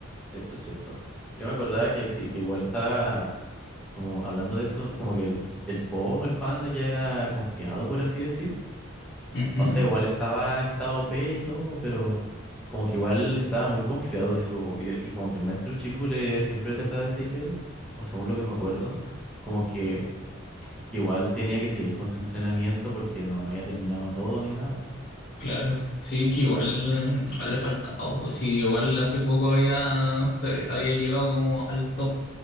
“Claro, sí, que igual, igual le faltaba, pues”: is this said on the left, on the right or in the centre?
Left